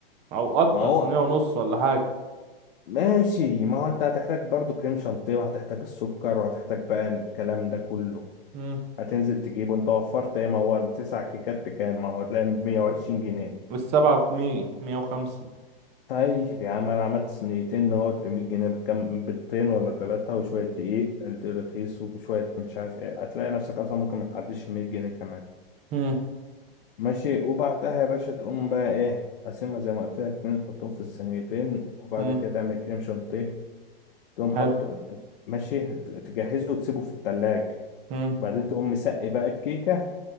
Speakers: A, on the right; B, on the left.
A: او اكتر
B: ما هو
A: صينية ونص ولا حاجة
B: ماشي ما هو أنت هتحتاج برضو كريم شانتيه وهتحتاج السكر وهتحتاج بقى الكلام ده كله
A: امم
B: هتنزل تجيبه أنت وفرت إيه ما هو تسع كيكات بكام ما هو هتلاقي 120 جنيه
A: والسبعة بمية مية وخمسة
B: طيب يا عم انا عملت صينيتين نقط ب 100 جنيه بكام بيضتين ولا ثلاثة وشوية دقيق رخيص وشوية مش عارف ايه هتلاقي نفسك اصلا ممكن ما تعديش 100 جنيه كمان
A: امم
B: ماشي وبعدها يا باشا تقوم بقى ايه قاسمها زي ما قلت لك اتنين تحطهم في الصينيتين وبعد
A: امم
B: كده تعمل كريم شانتيه تقوم حاطه
A: حلو
B: ماشي تجهزه وتسيبه في التلاج
A: امم
B: وبعدين تقوم مسقي بقى الكيكة